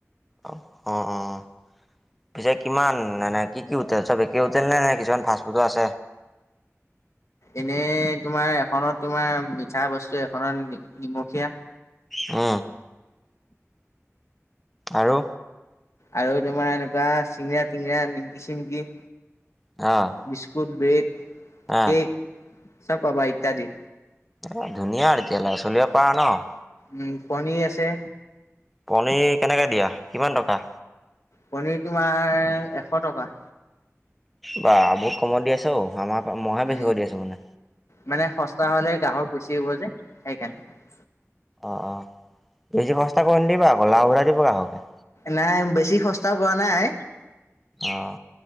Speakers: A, in the centre; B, on the left.
A: অ' অ'। পিছে কিমান, মানে কি কি হোটেল, চব একে হোটেল নে, নে কিছুমান ফাষ্ট ফুডো আছে?
B: এনেই তোমাৰ এখনত তোমাৰ মিঠা বস্তু, এখনত নিমখীয়া।
A: অ'। আৰু?
B: আৰু তোমাৰ এনেকুৱা চিঙৰা, টিঙৰা নিমকি, চিমকি।
A: অ'।
B: বিস্কুট, ব্ৰেড,
A: অ
B: কেক চব পাবা ইত্যাদি।
A: অ', ধুনীয়া আৰু এতিয়ালৈে চলিব পাৰা ন'।
B: উম পণীৰ আছে।
A: পনীৰ কেনেকৈ দিয়া, কিমান টকা?
B: পনীৰ তোমাৰ এশ টকা।
A: বা বহুত কমত দি আছা অ', আমাৰ, মইহে
B: উম
A: বেছিকে দি আছোঁ মানে।
B: মানে সস্তা হ'লে গ্ৰাহক গুচি আহিব যে, সেইকাৰণে।
A: অ', অ', বেছি সস্তা কৰি নিদিবা আকৌ, লাও ঘুৰাই দিব গ্ৰাহকে।
B: নাই, বেছি সস্তাও কৰা নাই।
A: অ',